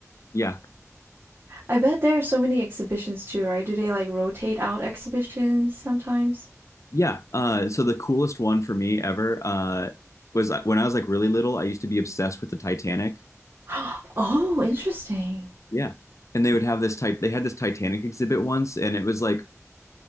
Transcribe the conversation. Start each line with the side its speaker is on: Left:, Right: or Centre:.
Left: Yeah.
Right: I bet there are so many exhibitions too, right? Do they like rotate out exhibitions sometimes?
Left: Yeah. Uh, so the coolest one for me ever uh, was uh, when I was like really little. I used to be obsessed with the Titanic.
Right: <gasps> Oh, interesting.
Left: Yeah. And they would have this type. They had this Titanic exhibit once, and it was like